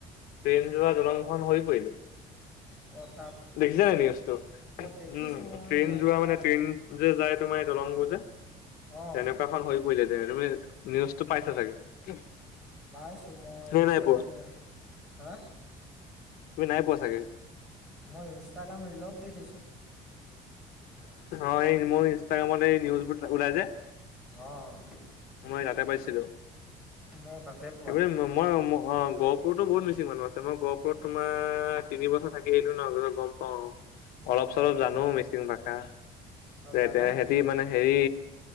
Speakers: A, on the left; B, in the centre.
A: ট্ৰেইন যোৱা দলংখন সৰি পৰিলে।
B: অ',
A: দেখিছা নাই নিউজটো উম,
B: দেখিছোঁ মই
A: ট্ৰেইন
B: এনেকুৱা
A: যোৱা মানে ট্ৰেইন যে যাই দলংবোৰ যে
B: অঁ
A: তেনেকুৱা এখন সৰি পৰিলে, তুমি নিউজটো পাইছা চাগে?
B: পাইছো মই
A: নে
B: ইনষ্টাগ্ৰামে
A: নাই পোৱা
B: হা?
A: তুমি নাই পোৱা চাগে।
B: মই ইনষ্টাগ্ৰাম ৰিলত দেখিছো
A: অ' এই মোৰ ইনষ্টাগ্ৰামত এই নিউজবোৰ উলাই যে
B: অ'
A: মই তাতে পাইছিলো
B: মই তাতে পোৱা
A: সেইবোৰেই মই অ', গহপুৰতো বহুত মিচিং মানু আছে, মই গহপুৰত তোমাৰ তিনি বছৰ থাকি আহিলো ন' পিছত গম পাওঁ আৰু। অলপ
B: অঁ
A: চলপ জানো
B: গ
A: মিচিং ভাষা
B: অ
A: তেতি
B: জানানি
A: সিহতি মানে হেৰি